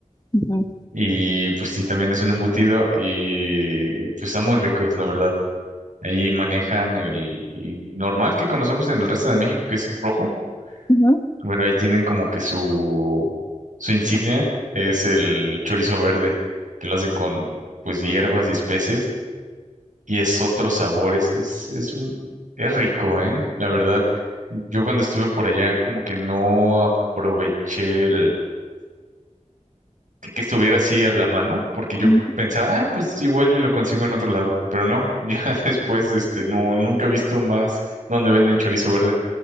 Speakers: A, on the left; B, on the right.
A: Ujú,
B: Y pues sí, también es un embutido y pues están muy ricos, la verdad. Ahí manejan el, el normal que conocemos en el resto de México, que es rojo,
A: ujú,
B: pero ahí tienen como que su, su insignia es el chorizo verde, que lo hacen con pues hierbas y especias y es otro sabor, es, es, es, un- es rico, ¿eh? La verdad, yo cuando estuve por allá como que no aproveché que, que estuviera así a la mano, porque yo
A: ujú.
B: pensaba, ah, pues igual y lo consigo en otro lado, pero no, <laughs> ya después, este, no, nunca he visto más donde venden chorizo verde.